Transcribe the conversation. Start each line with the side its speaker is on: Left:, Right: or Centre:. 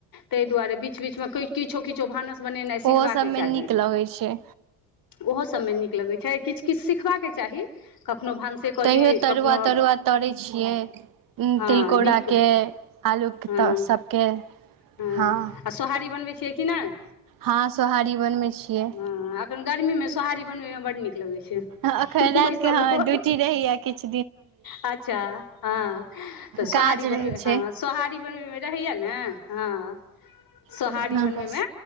Left: तय दुआरे बीच- बीचमे किछ- किछ भानस बनेनाइ
Right: ओहो
Left: सिखबाक
Right: सभमे
Left: चाही।
Right: नीक लगै छै
Left: ओहो सभमे नीक लगैय छैय किछ- किछ सीखबाक चाही कखनो भानसे क
Right: तैयो
Left: ली
Right: तरुआ-
Left: कखनो
Right: तरुआ तरय छियै।
Left: हँ
Right: तिलकोराके
Left: नीक
Right: आलूके
Left: हँ
Right: त सभके
Left: हँ
Right: हाँ।
Left: आ सोहारी बनबै छियै कि नय।
Right: हाँ सोहारी बनबै छियै।
Left: हँ एखन गर्मीमे सोहारी बनबैमे बड्ड नीक लगै छै
Right: अखन रातिके
Left: बैसल
Right: हाँ
Left: हुअ।
Right: ड्यूटी रहैये किछ।
Left: अच्छा हँ, त सोहारी
Right: काज
Left: बनब,
Right: रहै छै
Left: हँ सोहारी बनबैमे रहैया ने हँ। सोहारी
Right: हँ
Left: बनबैमे